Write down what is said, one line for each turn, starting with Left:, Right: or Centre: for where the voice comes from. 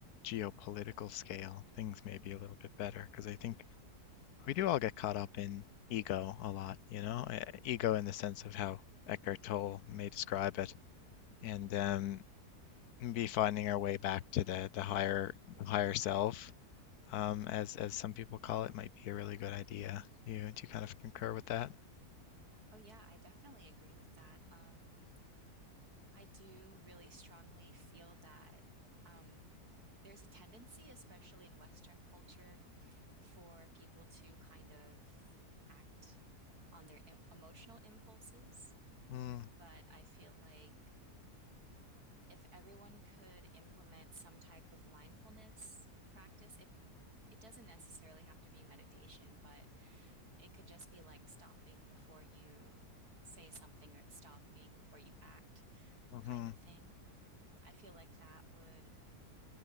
Left: geopolitical scale, things may be a little bit better because I think we do all get caught up in ego a lot, you know, uh, ego in the sense of how Eckhart Tolle may describe it, and um, be finding our way back to the the higher the higher self, um, as as some people call it, might be a really good idea. Do you do you kind of concur with that?
Right: Oh, yeah, I definitely agree with that. Um, I do really strongly feel that um, there's a tendency, especially in Western culture, for people to kind of act on their em emotional impulses.
Left: Hmm,
Right: But I feel like if everyone could implement some type of mindfulness practice, it it doesn't necessarily have to be meditation, but it could just be like stopping before you say something or stopping before you act
Left: Mm-hmm.
Right: kind of thing. I feel like that would